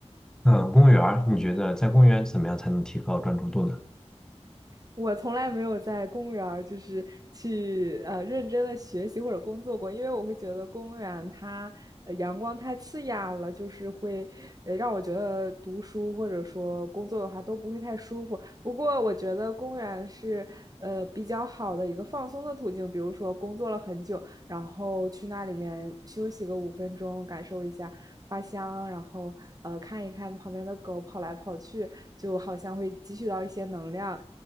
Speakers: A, in the centre; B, on the right.
A: 嗯，公园儿你觉得在公园怎么样才能提高专注度呢？
B: 我从来没有在公园儿就是去呃认真的学习或者工作过，因为我会觉得公园它呃阳光太刺眼了，就是会呃让我觉得读书或者说工作的话都不会太舒服。不过我觉得公园是呃比较好的一个放松的途径，比如说工作了很久，然后去那里面休息个五分钟，感受一下。花香，然后呃看一看旁边的狗跑来跑去，就好像会汲取到一些能量，